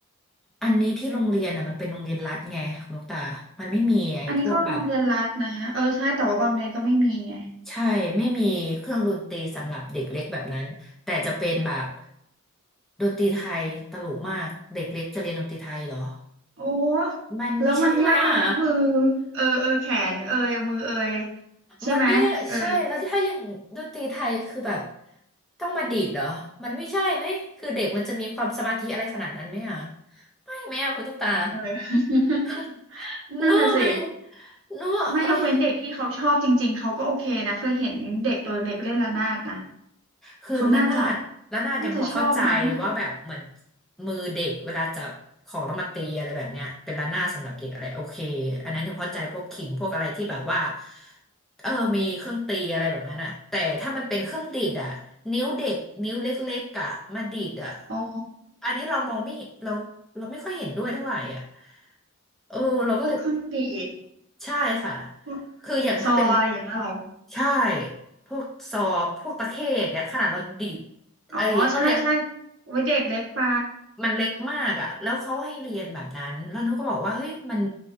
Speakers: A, in the centre; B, on the right (about 60°).
A: อันนี้ที่โรงเรียนอ่ะมันเป็นโรงเรียนรัฐไงคุณลูกตามันไม่มีไอ้พวกแบบ
B: อันนี้ก็โรงเรียนรัฐนะเออใช่แต่ว่าบางเรียนก็ไม่มีไง
A: ใช่ไม่มีเครื่องดนตรีสำหรับเด็กเล็กแบบนั้นแต่จะเป็นแบบดนตรีไทยตลกมากเด็กเล็กจะเรียนดนตรีไทยเหรอ
B: โอ้
A: มันไม่ใช่ไหมอ่ะ
B: แล้วมันยากนะมือเออเออแขนเอยมือเอยใช่ไหมเออ
A: มันไม่ได้ใช่ แล้วถ้าอย่างดนตรีไทยคือแบบต้องมาดีดเหรอ มันไม่ใช่ไหม คือเด็กมันจะมีความสมาธิอะไรขนาดนั้นไหมอ่ะ ไม่ไหมอ่ะคุณตุ๊กตา
B: เออ
A: <laughs>
B: <laughs> นั่นน่ะสิ
A: โน้มันโน้เอ้ย
B: ไม่ยกเว้นเด็กที่เขาชอบจริงๆเขาก็โอเคนะเคยเห็นเด็กตัวเล็กเล่นระนาดนะ
A: คือระนาดระนาดยังพอเข้าใจว่าแบบเหมือน
B: เขาน่าจะน่าจะชอบมั้ง
A: มือเด็กเวลาจับของแล้วมาตีอะไรแบบเนี้ยเป็นระนาดสำหรับเด็กอะไรโอเคอันนั้นยังเข้าใจพวกขิมพวกอะไรที่แบบว่าเออมีเครื่องตีอะไรแบบนั้นอะแต่ถ้ามันเป็นเครื่องดีดอะนิ้วเด็กนิ้วเล็กๆอะมาดีดอะ
B: อ๋อ
A: อันนี้เรามองไม่เห็นเราเราไม่ค่อยเห็นด้วยเท่าไหร่อะเออเราก็เลย
B: พวกเครื่องดีด
A: ใช่ค่ะ
B: พวก
A: คืออย่างถ้าเป็น
B: ซออะไรอย่างเงี้ยเหรอ
A: ใช่พวกซอพวกตะเข้อย่างเงี้ยขนาดเราดีด
B: อ๋อใช่ใช่
A: ไอ้ก็เขาเรียก
B: โอ้ยเด็กเล็กไป
A: มันเล็กมากอ่ะแล้วเขาให้เรียนแบบนั้นแล้วนุ้ก็บอกว่าเฮ้ยมัน